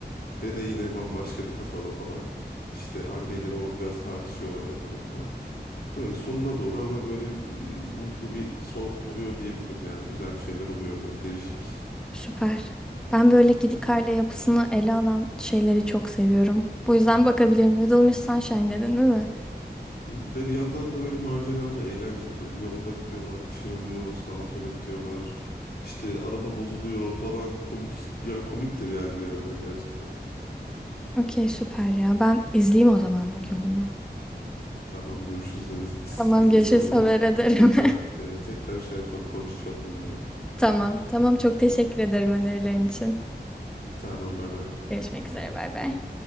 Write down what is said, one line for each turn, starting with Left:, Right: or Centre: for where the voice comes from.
Left: Dede yine bambaşka bir kafada falan. İşte anneyle baba biraz tartışıyorlar aralarında. Böyle sonuna doğru ama böyle e, mutlu bir son oluyor diyebilirim yani. Güzel şeyler oluyor böyle değişik.
Centre: Süper. Ben böyle gidik aile yapısını ele alan şeyleri çok seviyorum. Bu yüzden bakabilirim. Little Miss Sunshine dedin değil mi?
Left: Hı, Ve bir yandan da böyle maceralı, eğlenceli böyle yolda gidiyorlar, bir şey oluyor, sağa sola gidiyorlar. İşte araba bozuluyor falan komik. Bir yan komik de bir yani bir yandan gerçekten.
Centre: Okey süper ya. Ben izleyeyim o zaman bugün bunu.
Left: Tamam görüşürüz Deniz.
Centre: Tamam
Left: İzlesen
Centre: görüşürüz
Left: onları.
Centre: haber ederim.
Left: Tekrar
Centre: <laughs>
Left: e, tekrar şey yapalım, konuşalım bunları.
Centre: Tamam. Tamam çok teşekkür ederim önerilerin için.
Left: Tamam bay bay.
Centre: Görüşmek üzere bay bay.